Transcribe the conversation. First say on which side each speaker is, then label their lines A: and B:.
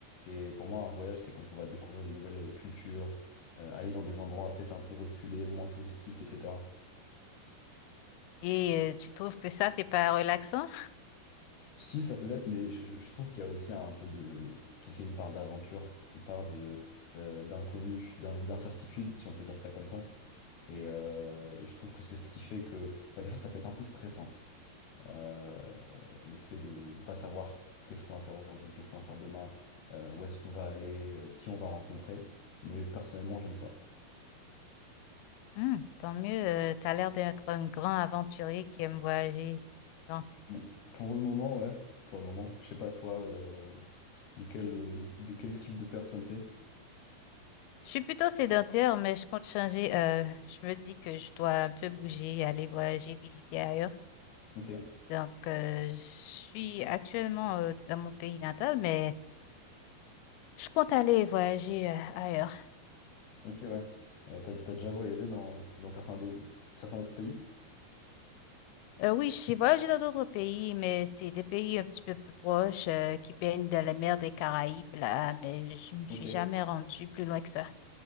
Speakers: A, on the left; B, on the left.
A: et pour moi un voyage c'est quand on va découvrir de nouvelles euh, cultures, euh, aller dans des endroits peut-être un peu reculés, moins touristiques, etc.
B: Et euh, tu trouves que ça, c'est pas relaxant?
A: Si ça peut l'être, mais je, je- je trouve qu'il y a aussi un peu de, tu sais, une part d'aventure, une part de euh, d'inconnu, d'in- d'incertitude si on peut dire ça comme ça. Et, euh, et je trouve que c'est ce qui fait que bah, des fois ça peut être un peu stressant euh, le fait de ne pas savoir qu'est-ce qu'on va faire aujourd'hui, qu'est-ce qu'on va faire demain, euh, où est-ce qu'on va aller, euh, qui on va rencontrer. Mais personnellement, j'aime ça.
B: Hmm, tant mieux, euh, t'as l'air d'être un grand aventurier qui aime voyager. Donc,
A: Bon, pour le moment, ouais, pour le moment. Je sais pas toi euh, de quel, euh, de, de quel type de personne t'es.
B: je suis plutôt sédentaire, mais je compte changer. euh, je me dis que je dois un peu bouger, aller voyager, visiter ailleurs.
A: Ok,
B: Donc, euh, je suis actuellement euh, dans mon pays natal, mais Je compte aller voyager euh, ailleurs.
A: ok, ouais. Euh, t'as, t'as déjà voyagé dans, dans certains, d'autres- certains autres pays?
B: Euh, oui, j'ai voyagé dans d'autres pays, mais c'est des pays un petit peu plus proches euh, qui baignent dans la mer des Caraïbes, là, mais je me
A: Ok,
B: suis jamais rendue plus loin que ça.